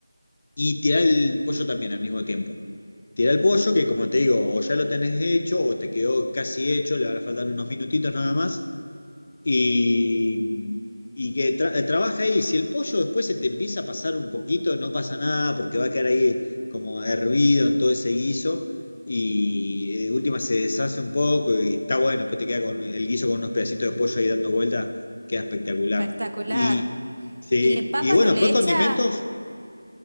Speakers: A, on the left (about 30°); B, on the right (about 40°).
A: y tirar el pollo también al mismo tiempo. Tirar el pollo que, como te digo, o ya lo tenés hecho o te quedó casi hecho, le van a faltar unos minutitos nada más. Y, y que tra- eh, trabaja ahí. Si el pollo después se te empieza a pasar un poquito, no pasa nada porque va a quedar ahí como hervido en todo ese guiso y eh, de última se deshace un poco y está bueno. Después te queda con el guiso con unos pedacitos de pollo ahí dando vueltas, queda espectacular.
B: Espectacular.
A: Y sí,
B: ¿Y le papa
A: y bueno,
B: no le
A: después
B: echa?
A: condimentos,